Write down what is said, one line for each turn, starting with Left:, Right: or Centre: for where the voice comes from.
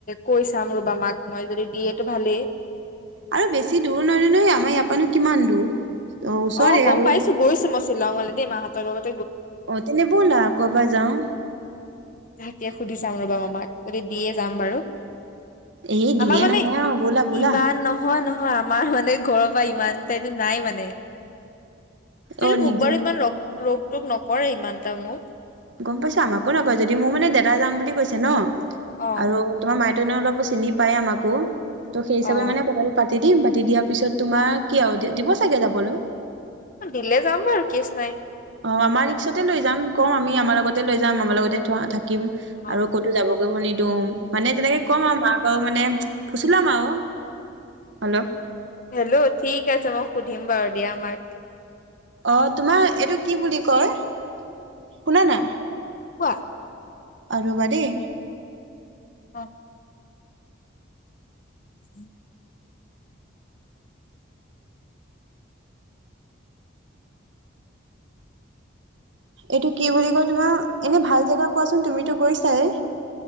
Left: কৈ চাম ৰবা মাক মই যদি- দিয়েটো ভালেই।
Right: আৰু বেছি দূৰো নহয় নহয় আমাৰ ইয়াৰপানো কিমান দূৰ। ওচৰে
Left: অ গম
Right: আৰু
Left: পাইছো গৈছো মই শ্বিলঙলৈ দেই মাহঁত। <unintelligible>
Right: অ তেনে ব'লা ক'ৰবাত যাওঁ।
Left: <unintelligible> সুধি চাম ৰবা মাক যদি দিয়ে যাম বাৰু।
Right: এই দিয়ে
Left: আমাৰ মানে
Right: নহয় অ বোলা বোলা।
Left: ইমান নহয় নহয় আমাৰ মানে ঘৰৰ পৰা ইমান টাইতো নাই মানে। ছিল
Right: অ
Left: মোক
Right: নিদিয়ে
Left: বাৰু ইমান ৰ ৰোগ। তোক নকৰে ইমানটা মোক।
Right: গম পাইছো আমাকো নকয় যদি মোৰ মানে দাদা যাম বুলি কৈছে ন।
Left: অ
Right: আৰু তোমাৰ মাইতনেও অলপ। চিনি পায় আমাকো ত' সেইিচাপে
Left: অ
Right: মানে কথাটো পাতি দিম। কাটি দিয়াৰ পিছত তোমাৰ কি আও দিব চাগে যাবলৈ?
Left: দিলে যাম বাৰু কেচ নাই।
Right: অ আমাৰ ৰিক্সতে লৈ যাম। কম আমি আমাৰ লগতে লৈ যাম আমাৰ লগতে থ থ। ম
Left: অ
Right: আৰু ক'তো যাব কৰিব নিদ। দ। মানে যেনেকে কম আৰু মা আও মানে। ফুচোলাম আও। হেল্ল'
Left: হেল্ল' ঠিক আছে মই সুধিম বাৰু দিয়া মাক।
Right: অ তোমাৰ এইটো কি বুলি কয়? শুনা না।
Left: <unintelligible>
Right: আ ৰবা দেই।
Left: অ উম <inaudible>
Right: এইটো কি বুলি কয় তোমাৰ? এনে ভাল জেগা কোৱাচোন তুমিতো গৈছাই।